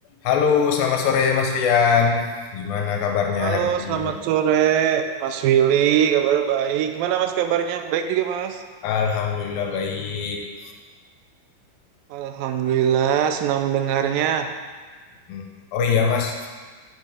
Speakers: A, on the left; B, on the right.
A: Halo, selamat sore Mas Rian. Gimana kabarnya
B: Halo,
A: hari ini?
B: selamat sore Mas Willy. Kabar baik. Gimana Mas kabarnya? Baik juga Mas.
A: Alhamdulillah baik.
B: Alhamdulillah, senang mendengarnya.
A: Hmm. Oh iya Mas,